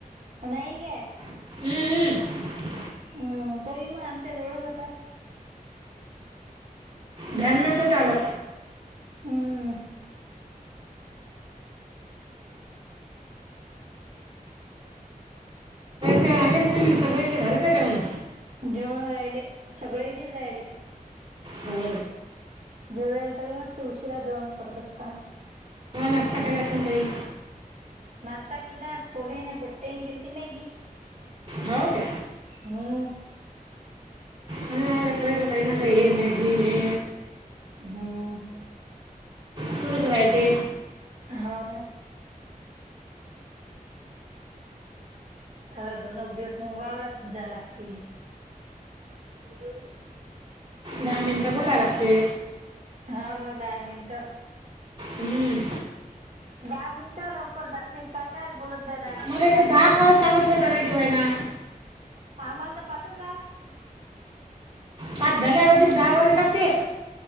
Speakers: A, on the right; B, on the right.
A: नाही ग
B: हम्मम्
A: हम्म तरी मग आमच्या जवळच होता
B: ध्यान नत आलं
A: हम्
B: रागेश सगळेचे झाले का जेवण
A: जेवण राहिले सगळे इथेच राहिले
B: हो
A: जे वल तोही मस्ती उशिरा जेवण करतस काय
B: पाच टाकेलाशं काही
A: मस्ता क केलत पोहेेन पटेन केलती मॅगी
B: हो का
A: हम
B: आणि ब करायचं काही ना का हे मॅगी हे
A: हम्म
B: सुरूच राय ते
A: हो ना आता दोनक दिवस मग वावररा तुम जा लागते ह
B: दहा मिनटं बोलाय लागते
A: हा नो दय मिनट
B: हम्म
A: दहा मिनिटं लवकर जात नाहीत का काय बोलत जात
B: मला एक दहा कॉल सांगितले करायजेवय ना
A: आम्हाला तर पाचचात
B: पाच झाल्यावर अधिक दहा वाजे कामात ते